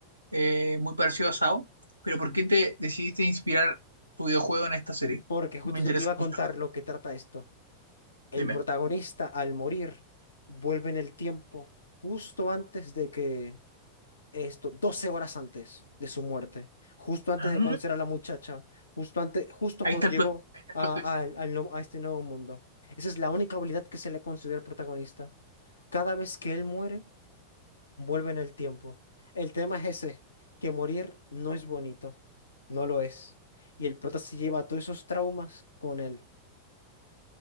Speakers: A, on the right (about 80°); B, on the left (about 70°).
A: eh, muy parecido a SAO, pero ¿por
B: ujú.
A: qué te decidiste inspirar tu videojuego en esta serie?
B: Porque justo
A: Me interesa
B: ya te iba a
A: mucho,
B: contar lo que trata esto. El
A: dime.
B: protagonista al morir vuelve en el tiempo justo antes de que esto, 12 horas antes de su muerte, justo antes
A: Ah,
B: de conocer a la muchacha, justo antes, justo
A: ahí
B: cuando
A: está
B: llegó
A: el plot, ahí está
B: a,
A: el plot twist.
B: a- al- al nuevo- a este nuevo mundo. Esa es la única habilidad que se le considera al protagonista. Cada vez que él muere, Vuelve en el tiempo. El tema es ese, que morir no es bonito, no lo es. Y el prota se lleva todos esos traumas con él.